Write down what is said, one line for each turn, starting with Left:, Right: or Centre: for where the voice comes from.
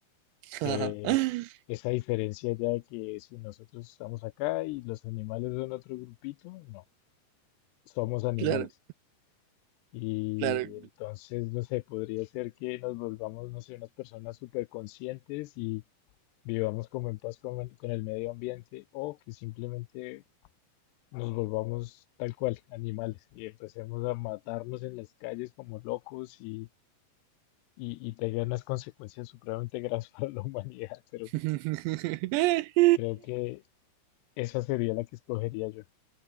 Right: <laughs>
Left: Que esa diferencia ya de que si nosotros estamos acá y los animales son otro grupito, no, somos animales.
Right: Claro,
Left: Y
Right: claro.
Left: entonces, no sé, podría ser que nos volvamos, no sé, unas personas súper conscientes y vivamos como en paz con, el con el medio ambiente o que simplemente nos volvamos tal cual, animales, y empecemos a matarnos en las calles como locos y, y, y tenga unas consecuencias supremamente graves <laughs> para la humanidad, pero
Right: <laughs>
Left: creo que esa sería la que escogería yo.